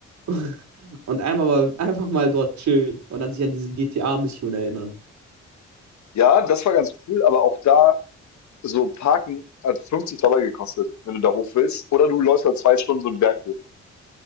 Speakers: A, on the right; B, on the left.
A: <laughs> und einmal mal, einfach mal dort chillen und dann sich an diese GTA-Mission erinnern.
B: Ja, das war ganz cool, aber auch da so Parken hat 50 gekostet, wenn du da hoch willst. Oder du läufst da 2 Stunden so 'n Berg hoch.